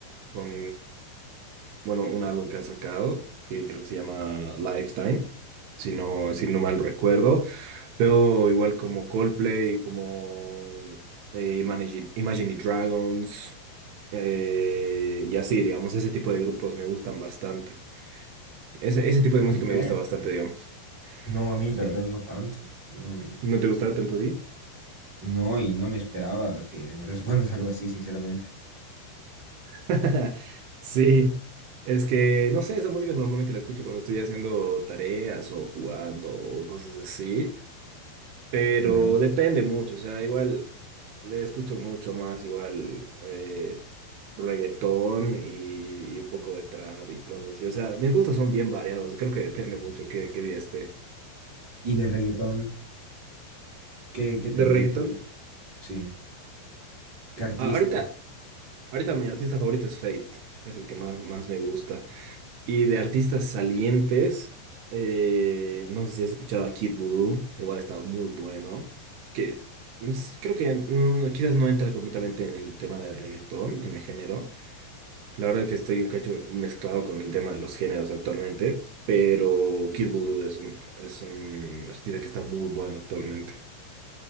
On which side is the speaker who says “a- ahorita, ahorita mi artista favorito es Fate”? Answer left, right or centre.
Right